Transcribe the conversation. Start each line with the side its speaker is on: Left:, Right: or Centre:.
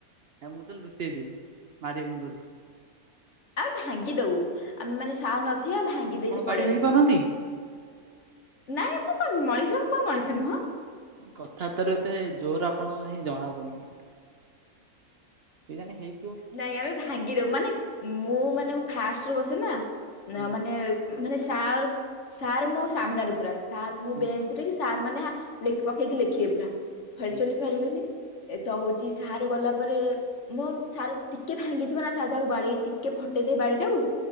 Right: ଆ ମୁଁ ତ ଲୁଚେଇ ଦିଏ ମାରିବେନି ବୋଲି!
Left: ଆ ଭାଙ୍ଗି ଦଉ ଆମେ ମାନେ ସାର ନଥିବେ ଭାଙ୍ଗି
Right: ଆପଣ
Left: ଦେଇକି
Right: ବାଡି
Left: ପଳେଇ
Right: ଭାଙ୍ଗି
Left: ଆସିବୁ!
Right: ପାରନ୍ତି
Left: ନାଇଁ ମୁଁ କ ମଣିଷ ମୁଁ ବା ମଣିଷ ନୁହଁ!
Right: କଥା ତୋର ଏତେ ଜୋର ଆପଣଙ୍କ କାହିଁ ଜଣା ପଡ଼ୁନି! କେଜାଣି ହେଇ
Left: ନାଇଁ ଆମେ ଭାଙ୍ଗିଦଉ ମାନେ ମୁଁ ମାନେ ଉ ଫାଷ୍ଟରେ ବସେ ନା ନ
Right: ଆଜ୍ଞା
Left: ମାନେ ମାନେ ସାର୍ ସାର୍ ମୋ ସାମ୍ନାରେ ପୁରା ସାର୍ ମୋ
Right: ଆଜ୍ଞା
Left: ବେଞ୍ଚ ରେ କି ସାର୍ ମାନେ ଆ ଲେଖ ପକେଇକି ଲେଖିବେ ପୁରା ହଲ୍
Right: ଆଜ୍ଞା
Left: ଚଲି ଲି ପାରିବେନି ଏ ତ ହଉଛି ସାର ଗଲା ପରେ ମୋ ସାର ଟିକେ ଭାଙ୍ଗିଥିବ ନା ସାର୍ ଯାକୁ ବାଡିଇ ଟିକେ ଫଟେଇଦେ ବାଡି ଟାକୁ